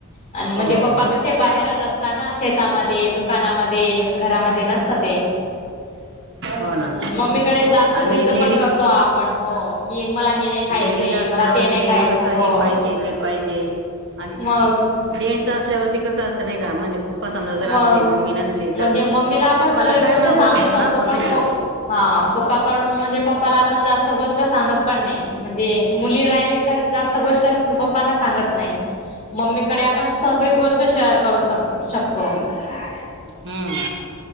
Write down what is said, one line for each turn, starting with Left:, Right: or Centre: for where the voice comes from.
Left: आणि म्हणजे
Right: हो
Left: पप्पा
Right: हो
Left: कसे बाहेरच असत ना शेतामध्ये, दुकानामध्ये
Right: <inaudible>
Left: घरामध्ये नसतात ते.
Right: हो. ना.
Left: मम्मीकडे जास्त
Right: आणि
Left: जिद्द
Right: लेडीज
Left: पण करतो आपण हो कि मला हे नाही खायचंय
Right: लेडीज असल्यावरती
Left: मला ते नाही खायचं
Right: कस हे
Left: हो
Right: पाहिजे, ते पाहिजे आणि
Left: मग
Right: जेंट्स असल्यावरती कस असत नाही का म्हणजे् पप्पा समजा जर
Left: मग
Right: असले मम्मी नसली
Left: म्हणजे
Right: तर
Left: मम्मीला आपण
Right: पप्पाला
Left: सगळे गोष्ट
Right: काय मागू
Left: सांगू
Right: शकतो ना आपण पण नाही का
Left: प हा. पप्पा कडून म्हणजे, पप्पाला आपण जास्त गोष्ट सांगत पण नाही म्हणजे, मुली राहिली तर जास्त गोष्ट पप्पा पप्पाना सांगत नाही. मम्मीकडे आपण सगळी गोष्ट शेअर करू शक शकतो. <inaudible>
Right: हम्म.